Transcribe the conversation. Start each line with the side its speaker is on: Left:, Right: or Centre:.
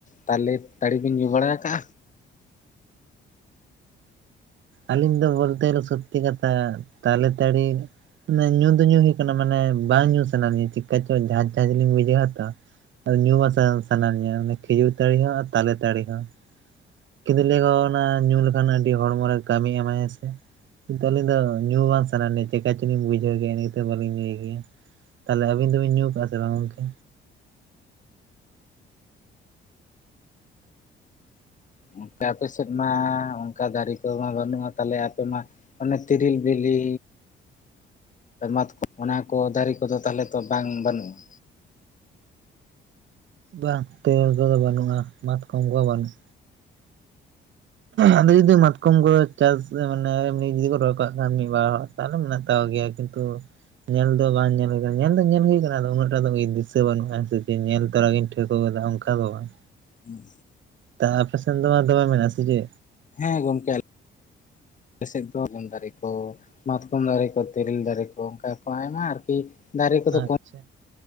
Left: ᱛᱟᱞᱮ ᱛᱟᱹᱲᱤ ᱵᱤᱱ ᱧᱩ ᱵᱟᱲᱟ ᱟᱠᱟᱜᱼᱟ
Right: ᱟᱹᱞᱤᱧ ᱫᱚ ᱵᱚᱞᱛᱮ ᱥᱚᱛᱛᱤ ᱠᱟᱛᱷᱟ ᱛᱟᱞᱮ ᱛᱟᱲᱤ ᱢᱟᱱᱮ ᱧᱩ ᱫᱚ ᱧᱩ ᱦᱩᱭᱩᱜ ᱠᱟᱱᱟ ᱢᱟᱱᱮ ᱵᱟᱝ ᱧᱩ ᱥᱟᱱᱟ ᱞᱤᱧᱟ ᱪᱮᱠᱟ ᱪᱚ ᱡᱷᱟᱡᱽ ᱡᱷᱟᱡᱽ ᱞᱤᱧ ᱵᱩᱡᱟᱣᱟ ᱛᱚ ᱧᱩ ᱢᱟ ᱥᱟ ᱥᱟᱱᱟᱞᱤᱧᱟ ᱠᱷᱤᱡᱩᱨ ᱛᱟᱹᱲᱤ ᱦᱚᱸ ᱛᱟᱞᱮ ᱛᱟᱹᱲᱤ ᱦᱚᱸ ᱡᱚᱫᱤ ᱞᱟᱹᱭ ᱠᱚ ᱚᱱᱟ ᱧᱩ ᱞᱮᱠᱷᱟᱱ ᱟᱹᱰᱤ ᱦᱚᱲᱢᱚ ᱨᱮ ᱠᱟᱹᱢᱤ ᱮᱢᱟᱭ ᱥᱮ ᱠᱤᱱᱛᱩ ᱟᱹᱞᱤᱧ ᱫᱚ ᱧᱩ ᱵᱟᱝ ᱥᱟᱱᱟᱞᱤᱧ ᱪᱮᱠᱟ ᱪᱚᱞᱤᱧ ᱵᱩᱡᱟᱹᱣ ᱜᱮᱭᱟ ᱤᱱᱟᱹᱛᱮᱫ ᱵᱟᱞᱤᱧ ᱧᱩᱭ ᱜᱮᱭᱟ ᱛᱟᱦᱚᱞᱮ ᱟᱵᱤᱱ ᱫᱚᱵ ᱤᱱ ᱧᱩ ᱠᱟᱜᱼᱟ ᱥᱮ ᱵᱟᱝ ᱜᱚᱝᱠᱮ
Left: ᱜᱚᱝᱠᱮ ᱟᱯᱮ ᱥᱮᱫ ᱢᱟ ᱚᱱᱠᱟ ᱫᱟᱨᱮ ᱠᱚ ᱢᱟ ᱵᱟᱹᱱᱩᱜᱼᱟ ᱛᱟᱦᱚᱞᱮ ᱟᱯᱮ ᱢᱟ ᱚᱱᱮ ᱛᱤᱨᱤᱞ ᱵᱤᱞᱤ ᱢᱟᱛᱠᱟᱢ ᱚᱱᱟ ᱠᱚ ᱫᱟᱨᱮ ᱠᱚᱫᱚ ᱛᱟᱦᱚᱞᱮ ᱛᱚ ᱵᱟᱝ ᱵᱟᱹᱱᱩᱜᱼᱟ
Right: ᱵᱟᱝ ᱛᱤᱨᱤ ᱠᱚᱫᱚ ᱵᱟᱹᱱᱩᱜᱼᱟ ᱢᱟᱛᱠᱚᱢ ᱠᱚ ᱦᱚᱸ ᱵᱟᱹᱱᱩᱜ ᱟᱫᱚ ᱡᱩᱫᱤ ᱢᱟᱛᱠᱚᱢ ᱠᱚ ᱪᱟᱥ ᱢᱟᱱᱮ ᱮᱢᱱᱤ ᱡᱩᱫᱤ ᱠᱚ ᱨᱚᱦᱚᱭ ᱠᱟᱜ ᱠᱷᱟᱱ ᱢᱤᱫ ᱵᱟᱨ ᱦᱚᱲ ᱛᱟᱦᱚᱞᱮ ᱢᱮᱱᱟᱜ ᱛᱟᱠᱚ ᱜᱮᱭᱟ ᱠᱤᱱᱛᱩ ᱧᱮᱞ ᱫᱚ ᱵᱟᱝ ᱧᱮᱞ ᱦᱩᱭ ᱟᱠᱟᱱᱟ ᱧᱮᱞ ᱫᱚ ᱧᱮᱞ ᱵᱟᱝ ᱦᱩᱭ ᱟᱠᱟᱱᱟ ᱩᱱᱟᱹᱜ ᱴᱟᱜ ᱫᱚ ᱫᱤᱥᱟᱹ ᱵᱟᱹᱱᱩᱜᱼᱟ ᱥᱮ ᱪᱮᱫ ᱧᱮᱞ ᱛᱚᱨᱟ ᱜᱤᱧ ᱴᱷᱟᱹ ᱴᱷᱟᱹᱣᱠᱟᱹ ᱠᱟᱫᱟ ᱚᱱᱠᱟ ᱫᱚ ᱵᱟᱝ
Left: ᱦᱮᱸ
Right: ᱛᱟ ᱟᱯᱮ ᱥᱮᱱ ᱫᱚ ᱢᱟ ᱫᱚᱢᱮ ᱢᱮᱱᱟᱜᱼᱟ ᱥᱮ ᱪᱮ
Left: ᱦᱮᱸ ᱜᱚᱢᱠᱮ ᱟᱞᱮ ᱥᱮᱫ ᱫᱚ ᱫᱟᱨᱮ ᱠᱚ ᱢᱟᱛᱠᱚᱢ ᱫᱟᱨᱮ ᱠᱚ ᱛᱮᱨᱮᱞ ᱫᱟᱨᱮ ᱠᱚ ᱚᱱᱠᱟ ᱠᱚ ᱟᱭᱢᱟ ᱟᱨᱠᱤ ᱫᱟᱨᱮ ᱠᱚᱫᱚ
Right: ᱟᱪᱪᱷᱟ
Left: ᱠᱚ